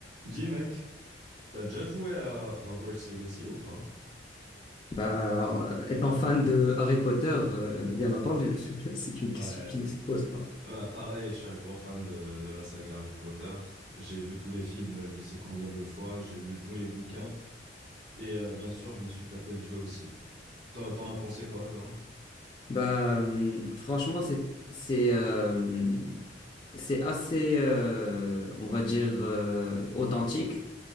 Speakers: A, on the right; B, on the left.
A: Dis mec, t'as déjà joué à Hogwarts Legacy ou pas?
B: Bah, euh, étant fan de Harry Potter, euh, bien entendu, <laughs> c'est une
A: Ouais.
B: question qui ne se pose pas.
A: Bah pareil, je suis un gros fan de, de la saga Harry Potter. J'ai vu tous les films, je sais combien de fois, j'ai lu tous les bouquins. Et euh, bien sûr, je me suis tapé le jeu aussi. Toi, t'en as pensé quoi, toi?
B: Bah, euh, franchement, c'est c'est euh, c'est assez, euh, on va dire, euh, authentique.